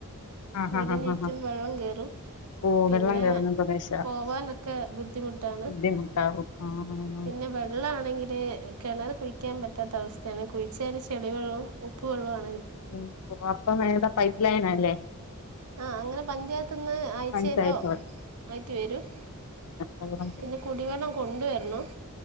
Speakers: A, on the left; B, on the right.
A: ആ
B: വീടിനുറ്റും
A: ആ ആ ആ ആ.
B: വെള്ളം കേറും
A: ഓ
B: പിന്നെ
A: വെള്ളം കയറുന്ന പ്രദേശ
B: പോവാനൊക്കെ ബുദ്ധിമുട്ടാണ്
A: ബുദ്ധിമുട്ടാവും ആ ആ ആ.
B: പിന്നെ വെള്ളം ആണെങ്കില് കിണർ കുഴിക്കാൻ പറ്റാത്ത അവസ്ഥയാണ് കുഴിച്ചാല് ചെളിവെള്ളോം ഉപ്പ് വെള്ളാണ്
A: ഉം അപ്പം ഏതാ പൈപ്പ് ലൈനാല്ലേ
B: ആ അങ്ങനെ പഞ്ചായത്ത്ന്ന് ആഴ്ചയിലോ
A: പഞ്ചായത്ത്
B: ആയിട്ട് വരും
A: വെള്ളം
B: പിന്നെ കുടിവെള്ളം കൊണ്ടുവരണം